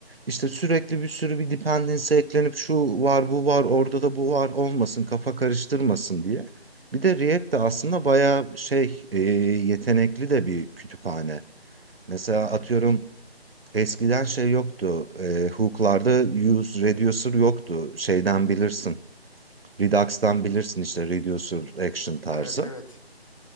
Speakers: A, on the right (about 65°); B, on the left (about 30°).
A: İşte sürekli bir sürü bir dependency eklenip şu var bu var orada da bu var olmasın kafa karıştırmasın diye. Bir de React de aslında bayağı şey e, yetenekli de bir kütüphane. Mesela
B: Hı hı.
A: atıyorum eskiden şey yoktu. E, hook'larda use reducer yoktu. Şeyden
B: Hı hı.
A: bilirsin. Redux'tan bilirsin işte reducer action tarzı.
B: Evet evet.